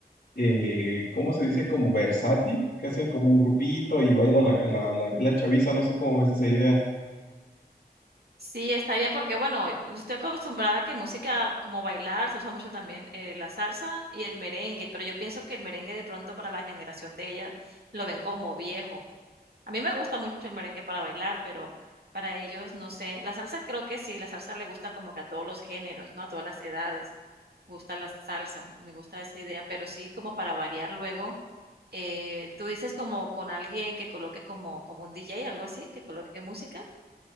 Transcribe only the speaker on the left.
eh, ¿cómo se dice? Como versátil, que hacen como un grupito y baila la, la, la, la chaviza, no sé cómo ves esa idea.